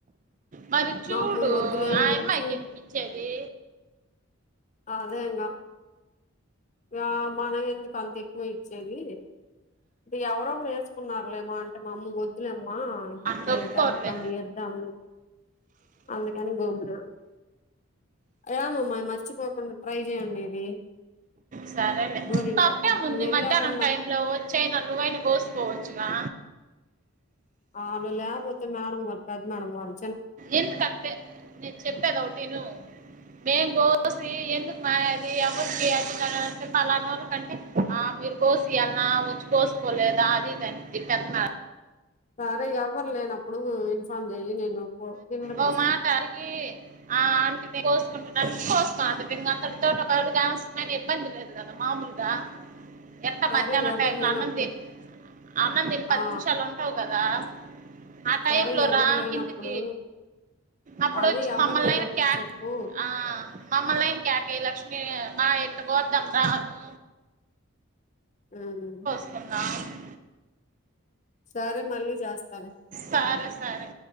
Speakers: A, on the right; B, on the left.
A: మరి చూడు
B: మా అమ్మ వద్దులే
A: ఆ
B: ఉంచు
A: అమ్మాయికి ఎందుకు ఇచ్చేది
B: అదే ఇగ ఇగా మనం ఎందుకు అంత ఎక్కువ ఇచ్చేది అంటే ఎవరో వేసుకున్నారులేమో అంటే మా అమ్మ వద్దులేమ్మా
A: తప్పుకోరులే
B: వీళ్ళ ఎవరికన్నా ఇద్దాం అందుకని పోముర ఏ అమ్మ మర్చిపోకుండా ట్రై చేయండి ఇది
A: సరేలే
B: గోరింటాకు
A: తప్పే ముందు
B: నువ్వు వెళ్ళాక
A: మధ్యాహ్నం
B: నాకు
A: టైమ్ లో చైనా నువ్వైనా కోసుకోవచ్చుగా
B: అవును లేకపోతే మేడం వాళ్ల పెద్ద మేడం వాళ్ళ
A: ఎందుకంటే నేను చెప్పేది ఒకటిను మ్యాంగోస్ ఏ ఎందుకు మా అది ఎవరికి అది ఇది పలనోలకు అంటే ఆ మీరు కోసియాల్లా వచ్చి కోసుకోలేదా అది ఇది అనింది పెద్ద మేడం
B: సరే ఎవ్వరు లేనప్పుడు ఇన్ఫామ్ చెయ్యి నేను కిందకి
A: ఓ
B: వస్తా
A: మాట అడిగి ఆ అంట కోసుకుంటు కోసుకోం అంత అంతటి తోటడువసమైన ఇబ్బంది లేదు పెడతాన మామూలుగా ఎంత
B: సరే
A: మధ్యాహ్నం
B: ఎవరు
A: టైంలో
B: లేనప్పుడు
A: అన్నం తిని అన్నం తిని పది
B: ఆ
A: నిమిషాలు ఉంటావు కదా ఆ టైమ్
B: సరే
A: లో
B: ఎవరు
A: రా
B: లేనప్పుడు
A: కిందికి అప్పుడు
B: అదే
A: వచ్చి
B: ఎవరు
A: మమ్మల్ని
B: లేనప్పుడు
A: అయినా క్యాక్
B: చెప్పు
A: ఆ మమ్మల్లైం కేయాక లక్ష్మి మా ఇటు పోద్ద అను
B: ఉహు
A: కొందాం
B: సరే మళ్ళీ జెస్తలే
A: సరే సరే